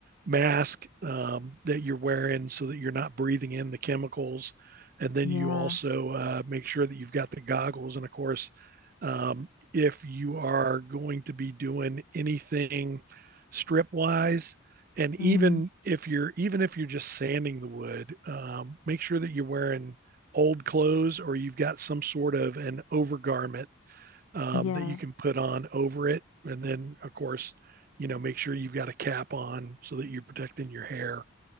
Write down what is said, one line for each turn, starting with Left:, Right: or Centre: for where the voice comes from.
Right: mask um, that you're wearing so that you're not breathing in the chemicals, and then
Left: yeah,
Right: you also uh, make sure that you've got the goggles. And of course, um, if you are going to be doing anything strip wise and even
Left: mm,
Right: if you're even if you're just sanding the wood um, make sure that you're wearing old clothes or you've got some sort of an overgarment um,
Left: yeah,
Right: that you can put on over it and then of course you know make sure you've got a cap on so that you're protecting your hair